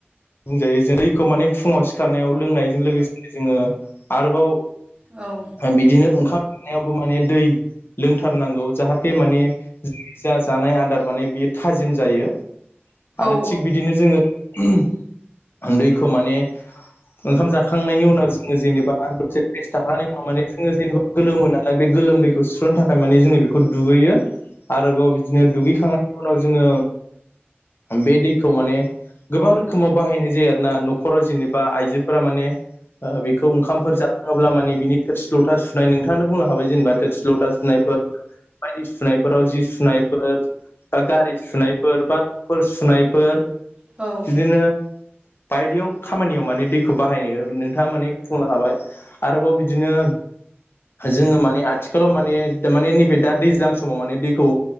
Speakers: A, on the left; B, on the right.
A: बुंजायो जों दैखौ माने फुङाव सिखारनायाव लोंनायजों लोगोसे जोङो आरोबाव
B: औ।
A: बिदिनो ओंखाम जानायावबो माने दै लोंथारनांगौ जाहाथे माने जा जानाय आदार माने बियो थाजिम जायो आरो
B: औ
A: थिग बिदिनो जोङो <unintelligible> उम दैखौ माने ओंखाम जाखांनायनि उनाव जोङो जेनेबा <unintelligible> थाखानि उनाव माने जोङो जेनेबा गोलोमो नालाय बे गोलोमदैखौ सुस्रनो थाखाय माने जोङो बेखौ दुगैयो। आरोबाव बिदिनो दुगैखांना उनाव जोङो बे दैखौ माने गोबां रोखो खोमाव बाहायनाय जायो आरो ना न'खराव जेनेबा आइजोफोरा माने ओ बेखौ ओंखामफोर जा होब्ला माने बिनि थोरसि लथा सुनाय नोंथाङानो बुंलांखाबाय जेनेबा थोरसि लथा सुनायफोर बायदि सुनायफोराव जि सुनायफोर दा गारि सुनायफोर बाफोर सुनायफोर
B: औ
A: बिदिनो बायदियाव खामानियाव माने दैखौ बाहायो नोंथाङा मानि बुंलांखाबाय आरोबाव बिदिनो जोङो माने आथिखालाव माने माने नैबे दा दैज्लां समाव माने दैखौ